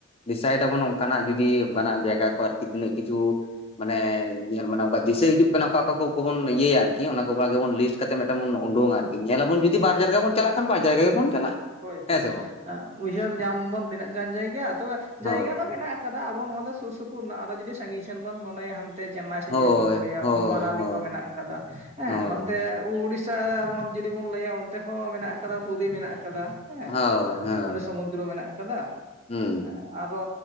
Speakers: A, on the left; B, on the right.
A: ᱰᱤᱥᱟᱭᱤᱰ ᱟᱵᱚᱱ, ᱚᱱᱠᱟᱱᱟᱜ, ᱡᱩᱫᱤ ᱚᱱᱠᱟᱱᱟᱜ, ᱡᱟᱭᱜᱟ ᱠᱚ, ᱟᱨᱠᱤ ᱛᱤᱱᱟᱹᱜ ᱠᱤᱪᱷᱩ ᱢᱟᱱᱮ, ᱧᱮᱞ ᱢᱟᱱᱮ, ᱚᱱᱠᱟ ᱫᱤᱥᱟᱹ ᱦᱤᱡᱩᱜ ᱠᱟᱱᱟ, ᱚᱠᱟ, ᱚᱠᱟ ᱠᱚᱵᱚᱱ, ᱤᱭᱟᱹᱭᱟ ᱟᱨᱠᱤ, ᱚᱱᱟ ᱠᱚᱵᱚ, ᱟᱜᱮ ᱵᱚᱱ ᱞᱤᱥᱴ ᱠᱟᱛᱮ ᱢᱤᱫᱴᱟᱝ ᱵᱚᱱ ᱳᱰᱳᱝᱟ ᱟᱨᱠᱤ ᱧᱮᱞ ᱟᱵᱚᱱ ᱡᱩᱫᱤ ᱵᱟᱨ ᱡᱟᱭᱜᱟ ᱵᱚᱱ ᱪᱟᱞᱟᱜ ᱠᱷᱟᱱ ᱵᱟᱨ ᱡᱟᱭᱜᱟ ᱜᱮᱵᱚᱱ ᱪᱟᱞᱟᱜᱼᱟ।
B: ᱦᱳᱭ ᱦᱳᱭ
A: ᱦᱮᱸ ᱥᱮ ᱵᱟᱝ
B: ᱩᱭᱦᱟᱹᱨ ᱧᱟᱢ ᱵᱚᱱ ᱛᱤᱱᱟᱹᱜ ᱜᱟᱱ ᱡᱟᱭᱜᱟ ᱛᱚᱵᱮ
A: ᱦᱚᱸ
B: ᱡᱟᱭᱜᱟ ᱫᱚ ᱢᱮᱱᱟᱜᱼᱼ ᱠᱟᱫᱟ ᱟᱵᱚ ᱱᱚᱣᱟ ᱫᱚ ᱥᱳᱨ ᱥᱳᱯᱳᱨ ᱨᱮᱱᱟᱜ ᱟᱫᱚ ᱡᱩᱫᱤ ᱥᱟᱺᱜᱤᱧ ᱥᱮᱱ ᱵᱚᱱ ᱢᱚᱱᱮᱭᱟ ᱦᱟᱱᱛᱮ ᱪᱮᱱᱱᱟᱭ ᱥᱮᱫ
A: ᱦᱳᱭ
B: ᱡᱩᱫᱤ ᱵᱚᱱ ᱞᱟᱹᱭᱟ
A: ᱦᱳᱭ
B: ᱢᱟᱱᱟᱞᱤ
A: ᱦᱳᱭ
B: ᱫᱚ ᱢᱮᱱᱟᱜ ᱟᱠᱟᱫᱟ ᱦᱮᱸ
A: ᱦᱳᱭ
B: ᱱᱚᱛᱮ ᱩᱲᱤᱥᱥᱟ ᱟᱵᱚ ᱡᱩᱫᱤ ᱵᱚᱱ ᱞᱟᱹᱭᱟ ᱚᱱᱛᱮ ᱦᱚᱸ ᱢᱮᱱᱟᱜ ᱟᱠᱟᱫᱟ ᱯᱩᱨᱤ ᱢᱮᱱᱟᱜ ᱟᱠᱟᱫᱟ ᱦᱮᱸ
A: ᱦᱳᱭ ᱦᱳᱭ
B: ᱚᱸᱰᱮ ᱥᱚᱢᱩᱫᱨᱚ ᱢᱮᱱᱟᱜ ᱟᱠᱟᱫᱟ
A: ᱦᱩᱸ
B: ᱦᱮᱸ। ᱟᱨᱚ